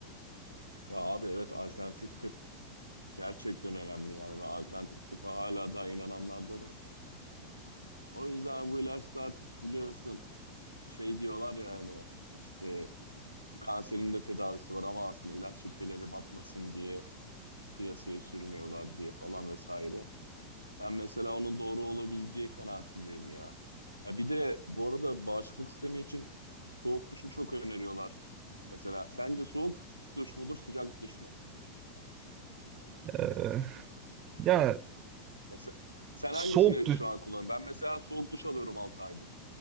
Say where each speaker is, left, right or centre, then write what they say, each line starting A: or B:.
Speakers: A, on the right; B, on the right.
A: Ya abi evet alternatif tıp gerçekten önemli yani. Ve alternatif tıpa hala daha inananlardanım. O yüzden bu ilaçlar biliyorsun şey diyorlar yani işte kanserin de tedavisi var ama aslında ilaç şirketleri batmasın diye piyasaya sürmüyorlar diye falan vesaire. Ben mesela onun doğru olabileceği kanaatindeyim ya. Ha bir de bu arada bağışıklık sistemi için soğuk duşu çok öneriyorlar. Mesela sence soğuk duş mudur, sıcak duş mu?
B: Ee, ya
A: Mesela sen
B: soğuk
A: hangisini
B: duş
A: şu an kullanıyorsun? Ben mesela soğuk duş alıyorum altı aydır.